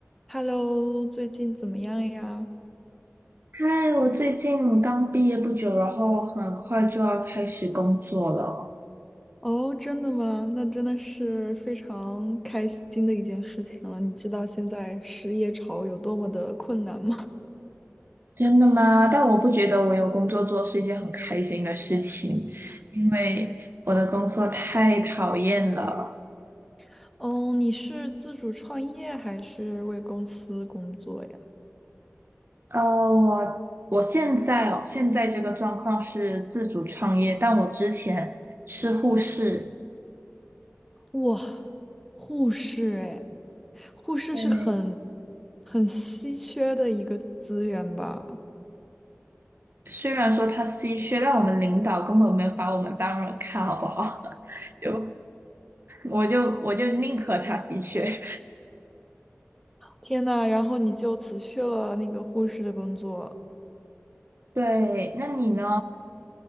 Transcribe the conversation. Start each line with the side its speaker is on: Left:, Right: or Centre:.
Centre: Hello，最近怎么样呀？
Right: 嗨，我最近刚毕业不久，然后很快就要开始工作了。
Centre: 哦，真的吗？那真的是非常开心的一件事情了。你知道现在失业潮有多么的困难吗？
Right: 真的吗？但我不觉得我有工作做是一件很开心的事情，因为我的工作太讨厌了。
Centre: <laughs> 哦，你是自主创业还是为公司工作呀？
Right: 呃，我我现在哦，现在这个状况是自主创业，但我之前是护士。
Centre: 哇，护士哎，护士是很
Right: 对，
Centre: 很稀缺的一个资源吧？
Right: 虽然说他稀缺，但我们领导根本没有把我们当人看，好不好？<laughs> 就我就我就宁可他稀缺。
Centre: 天呐，然后你就辞去了那个护士的工作。
Right: 对，那你呢？